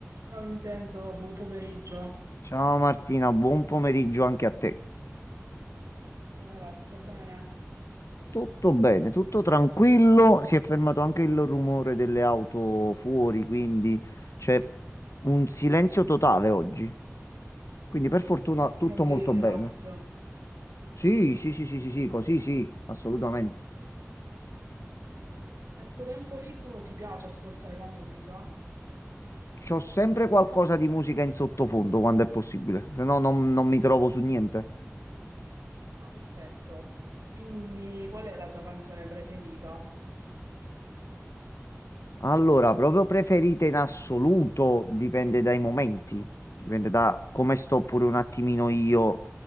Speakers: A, on the right; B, on the left.
A: Ciao Vincenzo, buon pomeriggio.
B: Ciao Martina, buon pomeriggio anche a te.
A: Come va? Tutto bene?
B: Tutto bene, tutto tranquillo. Si è fermato anche il rumore delle auto fuori, quindi c'è un silenzio totale oggi. Quindi per
A: Ah,
B: fortuna
A: ottimo
B: tutto
A: per
B: molto
A: il relax.
B: bene.
A: Sì, sì,
B: Sì,
A: sì.
B: sì, sì, sì, sì, sì, così sì, assolutamente.
A: Ma Nel tuo tempo libero ti piace ascoltare la musica?
B: C'ho sempre qualcosa di musica in sottofondo quando è possibile, se no non, non mi trovo su niente.
A: Ah, perfetto. Quindi qual è la tua canzone preferita?
B: Allora, proprio preferite in assoluto dipende dai momenti, dipende da come sto pure un attimino io